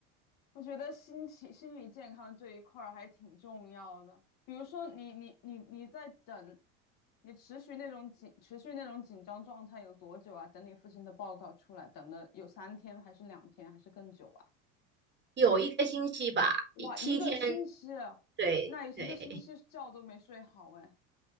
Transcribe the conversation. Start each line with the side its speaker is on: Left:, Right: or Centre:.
Left: 我觉得心情、心理健康这一块儿还挺重要的。比如说你，你、你、你在等，你持续那种紧、持续那种紧张状态有多久啊？等你父亲的报告出来，等了有三天，还是两天，还是更久啊？
Right: 有一个星期吧，
Left: 哇，
Right: 一七天
Left: 一个星期啊那一个星期觉都没睡好哎。
Right: 对对，